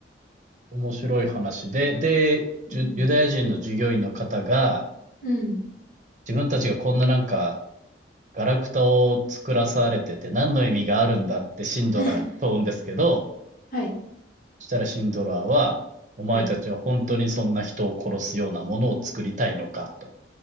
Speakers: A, on the right; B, on the left.
A: 面白い話で、で、
B: うん。
A: ジュユダヤ人の従業員の方が、
B: うん。
A: 自分たちがこんななんか、ガラクタを作らされてて何の意味があるんだってシンドラーに問うんですけど、
B: <laughs> はい、
A: そしたらシンドラーは、お前たちは本当にそんな人を殺すようなものを作りたいのかと。
B: はい。